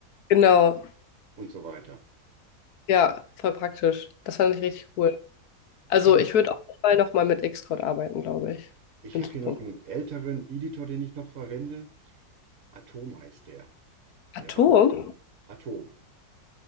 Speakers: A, on the left; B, on the right.
A: genau,
B: und so weiter.
A: ja, voll praktisch. Das fand ich richtig cool. Also
B: Ich habe
A: ich würde auf jeden Fall nochmal mit Xcode arbeiten, glaube ich,
B: ich
A: in
B: hab
A: Zukunft.
B: hier noch einen älteren Editor, den ich noch verwende. Atom heißt der.
A: Atom?
B: Der war mal Atom.